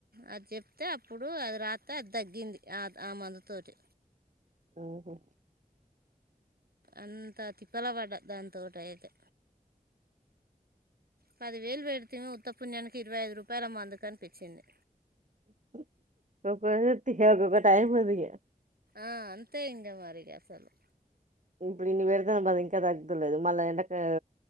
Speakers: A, on the right (about 80°); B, on the right (about 55°).
A: అది చెప్తే అప్పుడు అది రాత్తే అది తగ్గింది ఆ ఆ మందు తటి
B: ఆహా
A: అంతా తిప్పల పడ్డా దాంతోటయితే పది వేలు పెడితే ఉత్తపుుణ్యానికి ఇరవై ఐదు రూపాయల మందుకనిపించింది
B: <unintelligible> హే అగోగా టైమదిగ
A: ఆ అంతే ఇంగ మరిగా సలు
B: ఇప్పుడు ఇన్ని పెడతాను బా ఇంకా తగ్దులేదు మళ్ళా ఎండకా